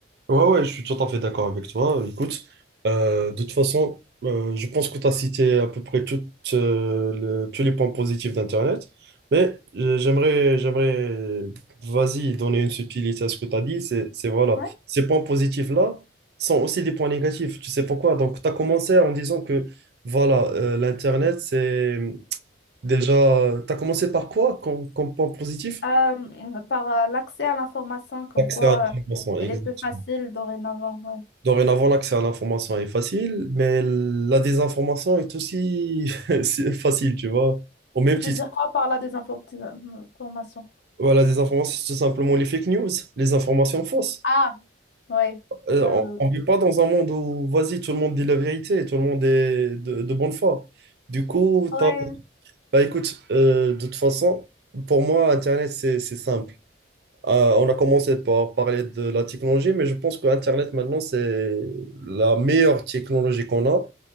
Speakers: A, on the right; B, on the left.
A: Ouais, ouais, je suis tout à fait d'accord avec toi. Écoute, euh, de toute façon, euh, je pense que tu as cité à peu près toutes, euh, le- tous les points positifs d'Internet, mais euh, j'aimerais, j'aimerais, vas-y, donner une subtilité à ce que tu as dit. C'est, c'est voilà,
B: Ouais.
A: ces points positifs-là sont aussi des points négatifs. Tu sais pourquoi? Donc, tu as commencé en disant que, voilà, euh, l'Internet, c'est déjà. Tu as commencé par quoi comme, comme point positif?
B: Euh, par euh, l'accès à l'information, comme
A: L'accès
B: quoi
A: à l'information,
B: euh, elle
A: exact.
B: est plus facile dorénavant. Ouais.
A: Dorénavant, l'accès à l'information est facile, mais la désinformation est aussi <laughs> c'est facile, tu vois. Au même
B: Tu
A: titre,
B: veux dire quoi par la désinformation?
A: voilà, la désinformation, c'est tout simplement les fake news, les informations fausses.
B: Ah, ouais
A: Euh,
B: ouais oui.
A: on ne vit pas dans un monde où, vas-y, tout le monde dit la vérité, tout le monde est de, de bonne foi. Du coup,
B: ouais,
A: t'as- bah, écoute, euh, de toute façon, pour moi, Internet, c'est c'est simple. Euh, on a commencé par parler de la technologie, mais je pense que Internet, maintenant, c'est la meilleure technologie qu'on a.